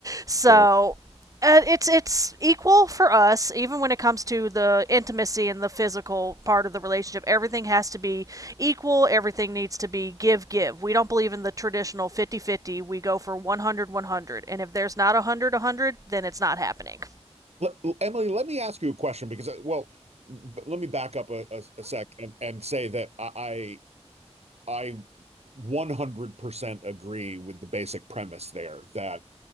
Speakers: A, on the right (about 30°); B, on the right (about 65°).
A: So,
B: Sure.
A: uh, it's it's equal for us even when it comes to the intimacy and the physical part of the relationship everything has to be equal everything needs to be give give we don't believe in the traditional fifty fifty. we go for one hundred one hundred. and if there's not 100-100 then it's not happening
B: Let- Emily, let me ask you a question because, uh, well, b- let me back up a, a, a sec and, and say that I I 100% agree with the basic premise there that